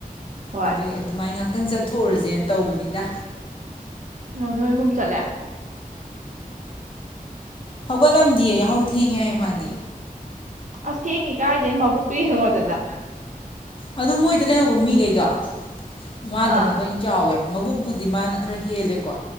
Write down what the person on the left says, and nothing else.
ꯑꯗꯨꯗꯒꯤ ꯑꯗꯨꯃꯥꯏꯅ ꯉꯥꯛꯇ ꯈꯤꯇꯪ ꯆꯠꯊꯣꯛꯎꯔꯁꯦꯅ ꯇꯧꯕꯅꯤꯗ
ꯍꯧꯒꯣꯂꯝꯗꯤ ꯌꯥꯍꯧ ꯊꯤꯉꯦ ꯃꯥꯗꯤ
ꯑꯗꯨ ꯃꯣꯏꯗ ꯂꯩꯍꯧꯕ ꯃꯤꯈꯩꯗꯣ ꯃꯥꯗꯨꯅ
ꯂꯣꯏ ꯆꯥꯎꯋꯦ ꯃꯕꯨꯛꯄꯨꯗꯤ ꯃꯥꯅ ꯈꯔ ꯍꯦꯜꯂꯦꯀꯣ